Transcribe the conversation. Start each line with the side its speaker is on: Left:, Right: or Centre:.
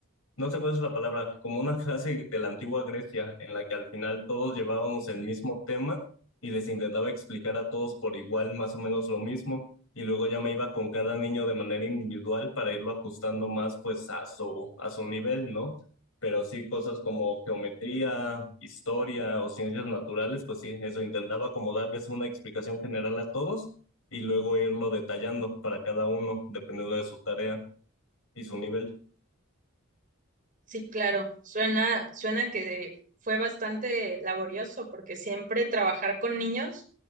Left: no sé cuál es la palabra, como una <laughs> clase de la antigua Grecia en la que al final todos llevábamos el mismo tema y les intentaba explicar a todos por igual más o menos lo mismo y luego ya me iba con cada niño de manera individual para irlo ajustando más pues a su, a su nivel, ¿no? Pero sí cosas como geometría, historia o ciencias naturales, pues sí, eso intentaba como darles una explicación general a todos y luego irlo detallando para cada uno dependiendo de su tarea y su nivel.
Right: Sí, claro, suena, suena que fue bastante laborioso porque siempre trabajar con niños